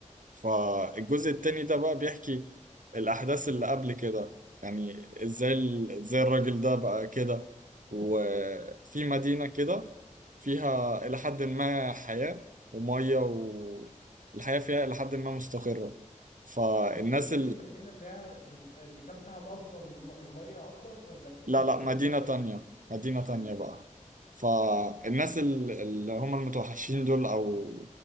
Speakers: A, on the right (about 80°); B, on the left (about 80°).
A: فالجزء التاني ده بقى بيحكي الأحداث اللي قبل كده يعني ازاي ال- ازاي الراجل ده بقى كده وفي مدينة كده فيها إلى حد ما حياة ومية والحياة فيها إلى حد ما مستقرة فالناس
B: ديت ديت المدينة اللي هي بيبقى اللي كان فيها مصدر الم- المية قصدك ولا في
A: لا
B: م-
A: لا مدينة
B: مدينة تانية؟
A: تانية مدينة
B: امم
A: تانية بقى فالناس ال- اللي هم المتوحشين دول أو